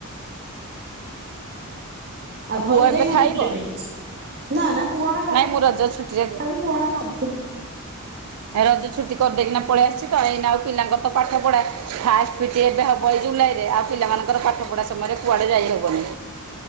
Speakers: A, on the right; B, on the right.
A: ଆଉ ଘରକୁ
B: ପୁଅ ଏବେ
A: ଯାଇନାହାନ୍ତି
B: ଖାଇବ
A: ବୁଲିଆ ପାଇଁ? ନା ନା ପୁଅ <unintelligible>
B: ନାଇଁ ମୁଁ ରଜ ଛୁଟିରେ
A: କଣ କରୁଥିଲେ?
B: ଏ ରଜ ଛୁଟି କରିଦେଇକିନା ପଳେଇ ଆସିଛି ତ ଏଇନା ଆଉ ପିଲାଙ୍କର ତ ପାଠ ପଢା ଫାଷ୍ଟ ସି ଏବେ ହବ ଏଇ ଜୁଲାଇରେ ଆଉ ପିଲମାନଙ୍କର ପାଠ ପଢ଼ା ସମୟରେ କୁଆଡ଼େ ଯାଇ ହଉନି।